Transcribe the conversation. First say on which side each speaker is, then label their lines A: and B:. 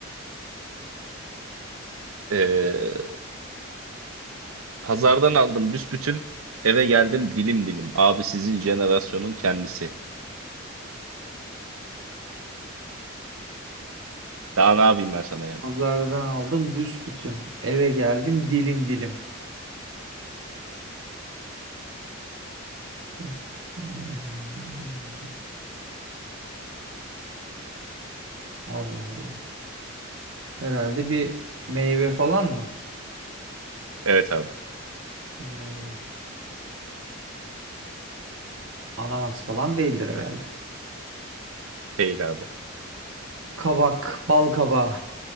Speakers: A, on the right; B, on the right.
A: Ee, pazardan aldım büsbütün. Eve geldim dilim dilim. Abi sizin jenerasyonun kendisi. Daha ne yapayım ben sana yani?
B: Pazardan aldım büsbütün. Eve geldim dilim dilim. Büsbütün eve geldim dilim dilim. Allah Allah. Herhalde bir meyve falan mı?
A: Evet abi.
B: Bir meyve. Ananas falan değildir herhalde.
A: Değil abi.
B: Kabak, bal kabağı.